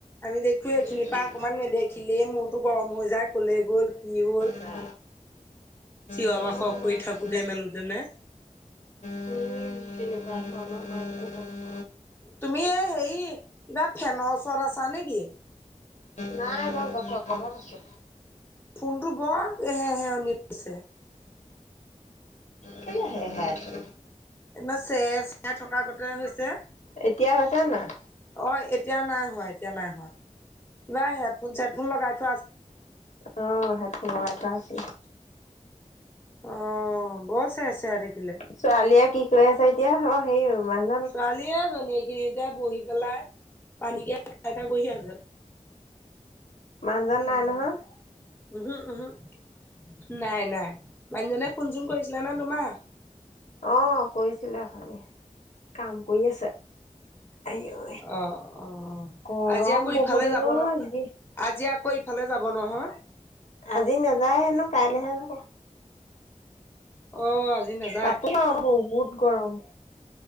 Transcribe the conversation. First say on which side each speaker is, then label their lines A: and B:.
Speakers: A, on the left (about 15°); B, on the left (about 65°).
A: আমি দেখো এইখিনিৰ
B: এই
A: পা অকমান নেদেখিলেই মূৰটো গৰম হৈ যায় কলৈ গ'ল কি হ'ল?
B: বা,
A: চিঞৰ
B: ক'ব
A: বাসৰ
B: নোৱাৰো
A: কৰি থাকোতে মেলোত- জোনে-
B: উম, <unintelligible>
A: তুমি এই হেৰি কিবা ফেনৰ ওচৰত আছা নেকি?
B: নাই মই গছৰ তলত আছো।
A: ফোনটো বৰ হে হেয়নী উঠিছে।
B: কেলে হে সেয়াই আছে?
A: ইমান চে চেৰ থকাগতে হৈছে।
B: এতিয়া হৈছে নে নাই?
A: অঁ' এতিয়া নাই হোৱা এতিয়া নাই হোৱা কিবা হেডফোন চেডফোন লগাই থ-
B: অঁ' হেডফোন লগাই থোৱা আছিলে।
A: অঁ বৰ চেৰ চেৰাই থাকিলে।
B: ছোৱালীয়ে কি কৈ আছে এতিয়া অঁ সেই মানুহ-
A: ছোৱালীয়ে জনী কি- এতিয়া বহি পেলাই পানীকে খাই খাই বহি আছে।
B: মানুহজন
A: উম উম'
B: নাই নহয়।
A: উমহু উমহু' নাই নাই মানুহজনে ফোন চোন কৰিছিলা নে তোমাৰ?
B: অঁ' কৰিছিলে অথনি কাম কৰি আছে। আইঐ
A: অ অ
B: গৰম
A: আজি আকৌ ইফালে
B: বহুত হেন
A: যাব
B: ঐ
A: ন
B: আজি।
A: আজি আকৌ ইফালে যাব নহয়।
B: আজি নাযায় হেনো কাইলৈহে যাব।
A: অ' আজি নেজ-
B: তাতো ন বহুত গৰম।